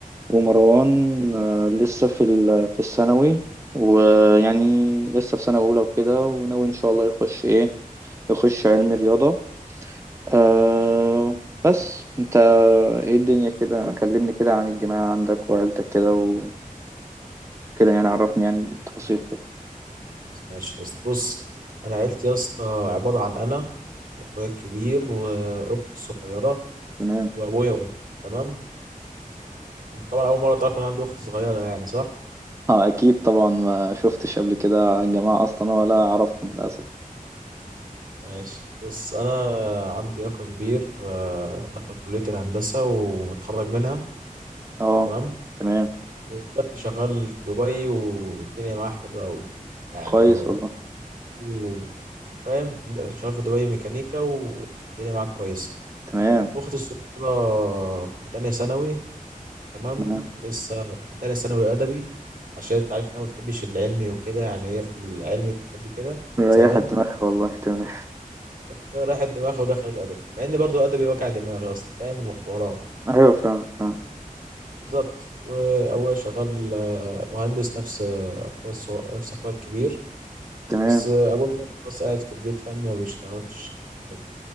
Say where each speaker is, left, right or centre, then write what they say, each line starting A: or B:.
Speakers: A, on the right; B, on the right.
A: ومروان آه، لسه في ال- في الثانوي ويعني لسه في سنة أولى وكده وناوي إن شاء الله يخش إيه يخش علم رياضة أه بس انت ايه الدنيا كده كلمني كده عن الجماعة عندك وعيلتك كده وكده يعني عرفني يعني التفاصيل كده.
B: خلاص، ماشي يا اسطى بص انا عيلتي يا اسطى عباره عن انا واخويا الكبير واختي الصغيره
A: تمام
B: وابويا وامي تمام انت طبعا اول مره تعرف ان أنا عندي اخت صغيره يعني صح
A: اه اكيد طبعا ما شفتش قبل كده الجماعة اصلا ولا اعرفهم للاسف
B: ماشي بص انا عندي اخ كبير آه، دخل كليه الهندسه ومتخرج منها
A: اه
B: تمام
A: تمام
B: ودلوقتي شغال في دبي والدنيا معاه حلوه قوي يعني
A: كويس
B: هو
A: والله
B: شغال و- وفاهم هند- شغال في دبي ميكانيكا والدنيا معاه كويسه
A: تمام
B: اختي الصغيره في تانية ثانوي تمام
A: تمام
B: لسه من تانية ثانوي ادبي عشان انت عارف ان انا ما بتحبش العلمي وكده يعني هي في العلمي قد كده
A: <laughs> مريحة
B: من زمان
A: دماغها والله تمام
B: فهي راحت دماغها ودخلت ادبي مع ان برضو ادبي وجع دماغي يا اسطى فاهم وحوارات
A: ايوه فعلا فعلا
B: بالظبط وابويا شغال آه، مهندس نفس آه، نفس نفس اخويا الكبير
A: تمام
B: بس آه، ابويا بس قاعد في البيت فاهم ما بيشتغلش كده